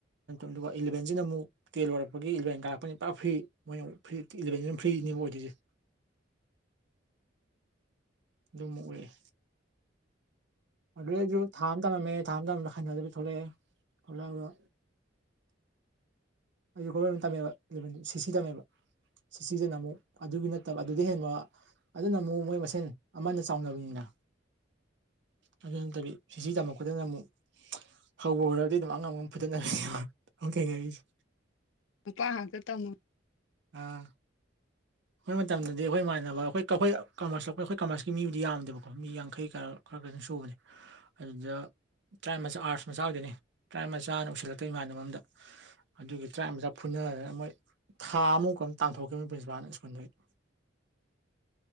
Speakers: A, on the right; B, on the left.
A: ꯑꯗꯨꯒ ꯏꯂꯚꯦꯟꯖꯤꯅ ꯑꯃꯨꯛ ꯇꯦꯟ ꯂꯣꯏꯔꯛꯄꯒꯤ ꯏꯂꯚꯦꯟ ꯀꯥꯔꯛꯄꯅꯤ ꯄꯨꯔ ꯐ꯭ꯔꯤ ꯃꯣꯏꯅ ꯐ꯭ꯔꯤ ꯏꯂꯚꯦꯟꯖꯤꯅ ꯐ꯭ꯔꯤ ꯐ꯭ꯔꯤꯅꯦꯕ ꯑꯣꯏꯗꯨꯏꯖꯦ ꯑꯗꯨꯃ ꯎꯔꯛꯑꯦ ꯑꯗꯨꯗꯩꯖꯨ ꯊꯥ ꯑꯃ ꯇꯝꯃꯝꯃꯦ ꯊꯥ ꯑꯃ ꯇꯝꯕꯗ ꯍꯩꯅꯗꯕꯩ ꯊꯣꯛꯂꯛꯑꯦ ꯊꯣꯛꯂꯛꯑꯒ ꯑꯩꯖꯨ ꯒꯣꯚ꯭ꯔꯃꯦꯟ ꯇꯝꯃꯦꯕ ꯏꯂꯚꯦꯟ ꯗꯨ ꯁꯤꯁꯤ ꯇꯝꯃꯦꯕ ꯁꯤꯁꯤ ꯖꯤꯅ ꯑꯃꯨꯛ ꯑꯗꯨꯒꯤ ꯅꯠꯇꯕ ꯑꯗꯨꯗꯩ ꯍꯦꯟꯕ ꯑꯗꯨꯅ ꯑꯃꯨꯛ ꯃꯣꯏ ꯃꯁꯦꯟ ꯑꯃꯅ ꯆꯥꯎꯅꯕꯅꯤꯅ ꯑꯗꯨ ꯅꯠꯇꯕꯤ ꯁꯤꯁꯤ ꯇꯝꯃꯛꯄꯗꯨꯅ ꯑꯃꯨꯛ ꯍꯧꯕꯨ ꯍꯧꯔꯗꯤ ꯑꯗꯨꯝ ꯑꯉꯝ ꯑꯉꯝ ꯐꯨꯗꯠꯅꯕꯤꯅꯦꯕ ꯑꯃꯨꯛ ꯊꯦꯡꯅꯔꯤꯁꯦ
B: ꯅꯨꯨꯄꯥ ꯉꯥꯛꯇ ꯇꯝꯃꯣ
A: ꯑꯥ ꯑꯈꯣꯏ ꯃꯇꯝꯗꯗꯤ ꯑꯈꯣꯏ ꯏꯃꯥꯟꯅꯕ ꯑꯈꯣꯏ ꯀ ꯑꯈꯣꯢ ꯀꯃ꯭ꯔꯁ ꯂꯧꯔꯛꯄ ꯑꯈꯣꯏ ꯀꯃ꯭ꯔꯁꯀꯤ ꯃꯤꯕꯨꯗꯤ ꯌꯥꯝꯗꯦꯕꯀꯣ ꯃꯤ ꯌꯥꯡꯈꯩ ꯀꯔꯥ ꯈꯔ ꯈꯔꯗꯤ ꯁꯨꯕꯅꯦ ꯑꯗꯨꯗ ꯇ꯭ꯔꯥꯢꯕ ꯃꯆꯥ ꯑꯥꯔꯠꯁ ꯃꯆꯥ ꯑꯣꯏꯗꯨꯏꯅꯦ ꯇ꯭ꯔꯥꯢꯕ ꯃꯆꯥꯅ ꯎꯁꯤꯜꯂꯛꯇꯦ ꯏꯃꯥꯟꯅꯕ ꯑꯃꯗ ꯑꯗꯨꯒꯤ ꯇ꯭ꯔꯥꯢꯕ ꯃꯆꯥ ꯐꯨꯟ ꯐꯨꯅꯗꯅ ꯃꯣꯏ ꯊꯥ ꯑꯃꯨꯛ <unintelligible> ꯇꯥꯟꯊꯣꯛꯈꯤꯕꯅꯤ ꯄ꯭ꯔꯤꯟꯁꯤꯄꯥꯜꯅ ꯁ꯭ꯀꯨꯜꯗꯩ <inaudible>